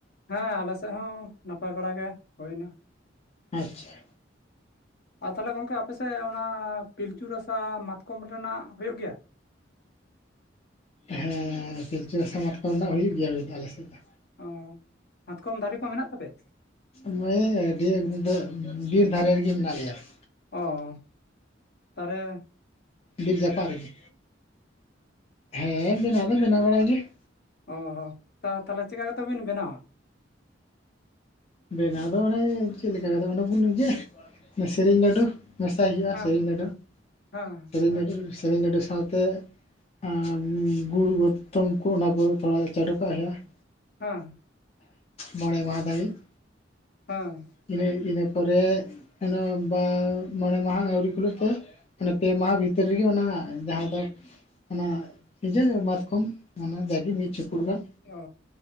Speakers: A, on the left; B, on the left.
A: ᱦᱮᱸ ᱟᱞᱮ ᱥᱮᱫ ᱦᱚᱸ ᱱᱟᱯᱟᱭ ᱵᱟᱲᱟ ᱜᱮ ᱦᱩᱭ ᱱᱟ ᱾
B: ᱟᱪᱪᱷᱟ
A: ᱦᱩᱸ <inaudible> ᱟᱨ ᱛᱟᱦᱚᱞᱮ ᱜᱚᱝᱠᱮ ᱟᱯᱮᱥᱮᱫ ᱚᱱᱟ ᱯᱤᱞᱪᱩ ᱨᱟᱥᱟ ᱢᱟᱛᱠᱚᱢ ᱨᱮᱱᱟᱜ ᱦᱳᱭᱳᱜ ᱜᱮᱭᱟ ᱾
B: ᱦᱮᱸ ᱯᱤᱞᱪᱩ ᱨᱟᱥᱟ ᱢᱟᱛᱠᱚᱢ ᱨᱮᱱᱟᱜ ᱦᱩᱭᱩᱜ ᱜᱮᱭᱟ ᱦᱩᱭ ᱫᱚ ᱟᱞᱮᱥᱮᱫ ᱫᱚ ᱾
A: ᱚᱻ ᱢᱟᱛᱠᱚᱢ ᱫᱟᱨᱮ ᱠᱚ ᱢᱮᱱᱟᱜ ᱛᱟᱯᱮᱭᱟ?
B: ᱱᱚᱜᱼᱚᱭ ᱟᱹᱰᱤ ᱮᱠᱫᱚᱢ ᱵᱤᱨ ᱫᱷᱟᱨᱮ ᱨᱤᱜᱤ ᱢᱮᱱᱟᱜ ᱞᱮᱭᱟ ᱾
A: ᱚ, ᱛᱟᱨᱮ
B: ᱵᱤᱨ ᱡᱟᱯᱟᱜ ᱨᱮᱜᱮ, ᱦᱮᱸ ᱵᱮᱱᱟᱣ ᱫᱚ ᱵᱮᱱᱟᱣ ᱵᱟᱲᱟ ᱜᱮ ᱾
A: ᱚ ᱦᱚᱸ, ᱛᱟ ᱛᱟᱞᱮ ᱪᱮᱠᱟ ᱠᱟᱛᱮ ᱵᱤᱱ ᱵᱮᱱᱟᱣᱟ?
B: ᱵᱮᱱᱟᱣ ᱫᱚ ᱚᱱᱮ ᱪᱮᱫ ᱞᱮᱠᱟ ᱠᱟᱛᱮ ᱚᱱᱮ <unintelligible> ᱥᱮᱨᱮᱧ ᱞᱟᱹᱰᱩ ᱢᱮᱥᱟᱭ ᱦᱩᱭᱩᱜᱼᱟ
A: ᱦᱮᱸ
B: ᱥᱮᱨᱮᱧ ᱞᱟᱹᱰᱩ
A: ᱦᱮᱸ
B: ᱥᱮᱨᱮᱧ ᱞᱟᱹᱰᱩ ᱥᱮᱨᱮᱧ ᱞᱟᱹᱰᱩ ᱥᱟᱶᱛᱮ ᱟᱻᱜᱩᱲ ᱜᱚᱛᱚᱢ ᱠᱚ ᱚᱱᱟ ᱠᱚ ᱛᱷᱚᱲᱟ ᱪᱟᱰᱩ ᱠᱟᱜ ᱦᱩᱭᱩᱜᱼᱟ ᱾
A: ᱦᱮᱸ
B: ᱢᱚᱸᱬᱮ ᱢᱟᱸᱦᱟ ᱫᱷᱟᱹᱵᱤᱡ ᱾
A: ᱦᱮᱸ
B: ᱤᱱᱟᱹ ᱤᱱᱟᱹ ᱯᱚᱨᱮ ᱟᱫᱚ ᱢᱚᱸᱬᱮ ᱢᱟᱸᱦᱟ ᱟᱹᱣᱨᱤ ᱠᱩᱞᱟᱹᱜ ᱛᱮ‌ ᱢᱟᱱᱮ ᱯᱮ ᱢᱟᱦᱟ ᱵᱷᱤᱛᱤᱨ ᱨᱤᱜᱮ ᱚᱱᱟ ᱡᱟᱦᱟᱸ ᱫᱚ ᱚᱱᱟ ᱤᱡᱟᱹ ᱢᱟᱛᱠᱚᱢ ᱚᱱᱟ ᱡᱟ ᱜᱤ ᱢᱤᱫ ᱪᱩᱯᱩᱫ ᱜᱟᱱ,
A: ᱚ